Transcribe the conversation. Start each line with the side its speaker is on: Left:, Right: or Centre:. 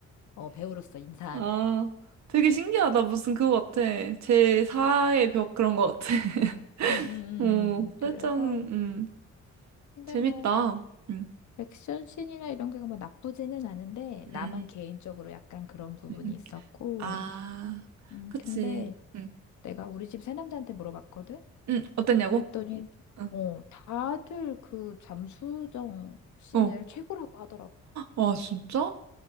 Left: 어, 배우로서 인사하는.
Right: 아, 되게 신기하다. 무슨 그거 같아. 제4의 벽 그런 거 같아. <laughs>
Left: 음, 음,
Right: 어,
Left: 음.
Right: 살짝,
Left: 그래서
Right: 음,
Left: 근데
Right: 재밌다.
Left: 뭐
Right: 음, 음,
Left: 액션 씬이나 이런 게 뭐 나쁘지는 않은데 나만
Right: 음.
Left: 개인적으로 약간 그런 부분이
Right: 음.
Left: 있었고
Right: 아,
Left: 음
Right: 그치.
Left: 근데
Right: 음,
Left: 내가 우리 집 새남자한테 물어봤거든
Right: 음, 어땠냐고?
Left: 그랬더니
Right: 응.
Left: 어 다들 그 잠수정 씬을
Right: 어.
Left: 최고라고 하더라고
Right: 아, 진짜?